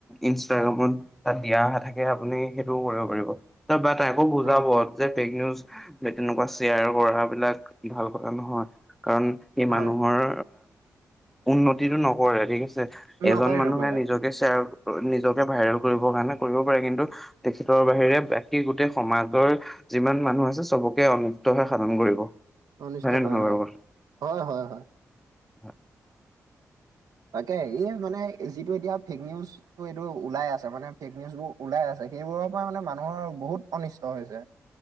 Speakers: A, in the centre; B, on the right (about 70°).
A: ইনষ্টাগ্ৰামত তাত দিয়া অহা থাকে আপুনি সেইটোও কৰিব পাৰিব বা তকো বুজাব
B: হয়,
A: যে ফেক নিউজ বা তেনেকুৱা শ্বেয়াৰ পঢ় বিলাক ভাল কথা নহয় কাৰণ এই
B: হয়,
A: মানুহৰ উন্নতিতটো নকৰে ঠিক আছে
B: নকৰে
A: এজন মানুহে
B: নকৰে,
A: নিজকে শ্বেয়াৰ নিজকে ভাইৰেল কৰিবৰ কাৰণে কৰিব পাৰে কিন্তু তেটৰ বাহিৰে বাকী গোটেই সমাজৰ যিমান মানুহ আছে চবকে অনপ হৈ সাধন কৰিব
B: অনিষ্ট
A: হয়নে নহয়
B: কৰে
A: বাৰু
B: হয়
A: কথা?
B: হয় হয় হয়
A: হয়
B: তাকে এই মানেি টো এতিয়া ফেক নিউজটো এইটো ওলাই আছে মানে ফেক নিউজ বোৰ ওলাই আছে সেইবোৰৰ পৰা মানে মানুহৰ বহুত অনিষ্ট হৈছে